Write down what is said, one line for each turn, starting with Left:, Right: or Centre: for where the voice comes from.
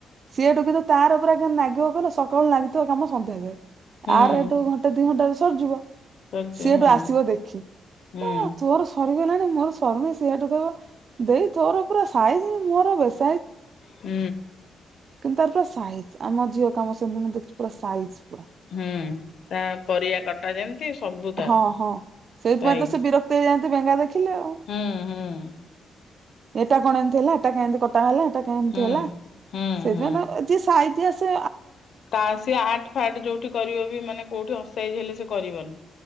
Right: ସେଇଠୁ କିନ୍ତୁ ତାର ଉପରେ ଲାଗିବ କହିଲ ସକାଳୁ ଲାଗିଥିବା କାମ ସନ୍ଧ୍ୟା ଯାଏ।
Left: ହୁଁ
Right: ଆର ଏଠୁ ଘଣ୍ଟେ ଦି ଘଣ୍ଟା ସରିଯିବ।
Left: କରିଚି
Right: ସେ ହେଠୁ
Left: ହଁ
Right: ଆସିବ ଦେଖି।
Left: ହୁଁ
Right: କହିବ ତୋର ସରିଗଲା ମୋର ସରୁନି। ସିଏ ହେଠୁ କହିବ ଦେଇ ତୋର ପୁରା ସାଇଜ୍ ମୋର ବେସା
Left: ହୁଁ।
Right: କିନ୍ତୁ ତାର ପୁରା ସାଇଜ୍। ଆମ ଝିଅ କାମ ସେମିତି ଦେଖିଚି ପୁରା ସାଇଜ୍।
Left: ହୁଁ। ତା ପରିବା କଟା ଯେମିତି ସବୁ ତାର।
Right: ହଁ ହଁ ସେଇଥିପାଇଁ
Left: ସାଇଜ
Right: ତ ସେ ବିରକ୍ତ ହେଇଯାନ୍ତି ବେଙ୍ଗା ଦେଖିଲେ। ଆଉ।
Left: ହୁଁ ହୁଁ।
Right: ଏଟା କଣ ଏମିତି ହେଲା ହେଟା କାଇଁ ଏମିତି କଟା ହେଲା। ଏଟା କାଇଁ ଏମିତି
Left: ହୁଁ
Right: ହେଲା।
Left: ହୁଁ
Right: ସେଇଥିପାଇଁ
Left: ହୁଁ
Right: <unintelligible> ଯିଏ ସାଇତି ଆସେ
Left: ତା ସିଏ ଆଟ୍ ଫାଟ୍ ଯୋଉଠି କରିବ ବି ମାନେ କୋଉଠି ଅସାଇଜ ହେଲେ ସେ କରିବନି।